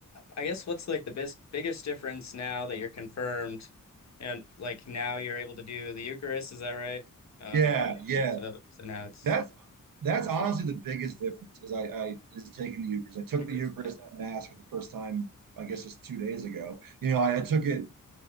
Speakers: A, on the left; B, on the right.
A: I guess what's like the bis biggest difference now that you're confirmed and like now you're able to do the Eucharist, is that right? Uh
B: yeah, yeah.
A: yeah, so so now it's
B: That's that's
A: official
B: honestly the biggest difference is I, I is taking the Eucharist. I took
A: Eucharist.
B: the Eucharist
A: Yeah.
B: at Mass for the first time, I guess just two days ago. You know, I, I took it